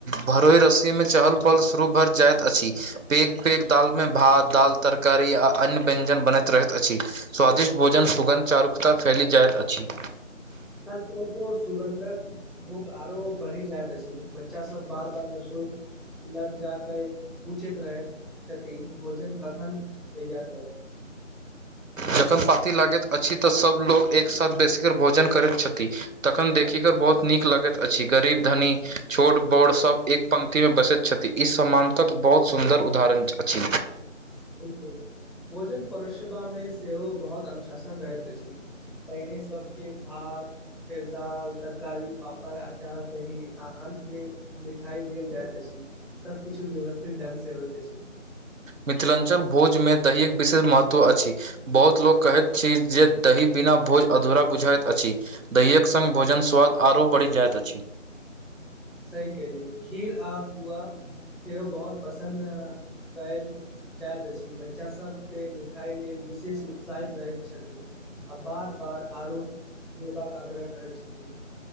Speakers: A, on the right (about 80°); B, in the centre.
A: भरोइ रस्सीमे चहल -पहल शुरु भरि जाइत अछि। पैइघ पैइघ दलमे भात दालि तरकारी आ अन्य व्यंजन बनैत रहैत अछि। स्वादिष्ट भोजन सुगन्ध चारुकता फैइल जाइत अछि।
B: सच कहि तऽ सुगन्धक भुख आरो बढ़ि जाइत अछि बच्चा सब बार -बार रसौ लग जा कऽ पुछैत रहैत छथिन भोजन कखन तैयार हैत
A: जखन पाॅति लागैत अछि तऽ सब लोक एकसाथ बेसी कऽ भोजन करैत छथि। तखन देखिक बहुत नीक लगैत अछि गरीब धनी छोट बड़ सब एक पंक्तिमे बसैत छथि ई सामानतक बहुत सुन्दर उदाहरण अछि।
B: बिलकुल भोजन परोसतामे सेहो बहुत अनुशासन रहैत अछि। पहिले सबके भात फेर दालि तरकारी पापड़ अचार दही आ अंतमे मिठाई देल जाइत अछि सबकछु व्यवस्थित ढंग से होइत अछि।
A: मिथिलांचल भोजमे दहीके विशेष महत्व अछि। बहुत लोक कहैत छी जे दही बिना भोज अधुरा बुझाइत अछि। दहिएक संग भोजन स्वाद आरो बढ़ि जाइत अछि।
B: सही कहलियौ खीर आ पुआ सेहो बहुत पसंद काइल जाइत अछि बच्चा सब तऽ मिठाई लेल विशेष उत्साहित रहैत छथिन। आ बार -बार आरो देबाक आग्रह करैत छथिन।